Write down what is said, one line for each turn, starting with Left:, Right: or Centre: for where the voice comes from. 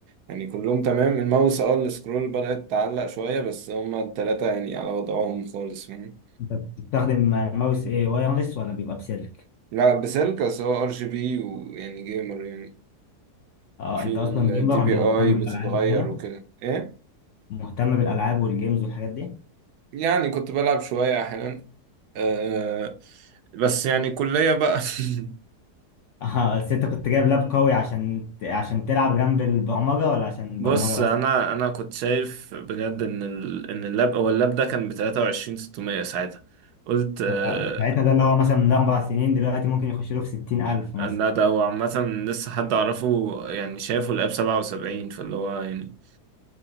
Right: يعني كلهم تمام الماوس اه السكرول بدأت تعلق شوية بس هما التلاتة يعني على وضعهم خالص فاهم
Left: انت بتستخدم ماوس ايه وايرلس ولا بيبقى بسلك
Right: لا بسلك بس هو ار جي بي ويعني جيمر يعني
Left: اه
Right: في
Left: انت
Right: الدي
Left: اصلا جيمر
Right: بي
Left: اللي
Right: اي
Left: مهتم
Right: بتتغير
Left: بالالعاب وكده
Right: وكده ايه
Left: مهتم بالالعاب والجيمز والحاجات دي
Right: يعني كنت بلعب شوية أحيانا أه بس يعني كلية بقى <laughs>
Left: <laughs> اه بس انت كنت جايب لاب قوي عشان عشان تلعب جنب البرمجه ولا عشان البرمجه
Right: بص
Left: بس
Right: انا انا كنت شايف بجد ان ال... ان اللاب او اللاب ده كان ب 23 600 ساعتها قلت آه،
Left: هو ساعتها ده اللي هو مثلا من اربع سنين دلوقتي ممكن يخش له في 60000
Right: لا
Left: مثلا
Right: ده هو عامة لسه حد اعرفه يعني شايفه اللاب 77 فاللي هو يعني